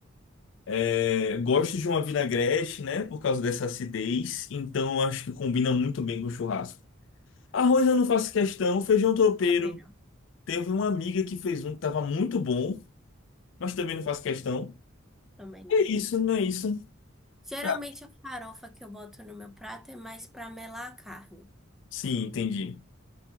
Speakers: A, on the left; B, in the centre.
A: É, gosto de uma vinagrete, né? Por causa dessa acidez. Então acho que combina muito bem com o churrasco. Arroz eu não faço questão. Feijão tropeiro.
B: Também não.
A: Teve uma amiga que fez um que tava muito bom, mas também não faço questão.
B: Também não.
A: É isso, não é isso.
B: Geralmente
A: Tá.
B: a farofa que eu boto no meu prato é mais para melar a carne.
A: Sim, entendi.